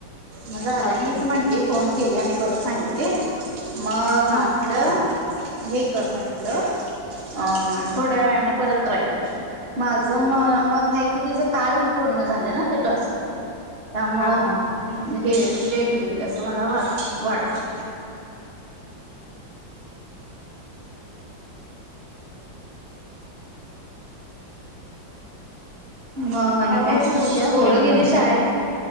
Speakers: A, on the right; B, on the left.
A: मग झालं
B: हा
A: आणिच
B: हा
A: म्हटली फोन केले आणि परत सांगितले मग
B: हा
A: म्हंटलं हे कर म्हंटलं अ थोड्या वेळानं परत ट्राय कर माझं म मत आहे की तिचं काल पूर्ण झालं ना ते टस्क त्यामुळं
B: हा हा
A: हे लेट होईल असं मला वाट वाटलं बाबाणी
B: त्यामुळे
A: काय
B: तिचं उद्या
A: पोरं
B: होईल
A: गेली
B: म्हटलं
A: शाळल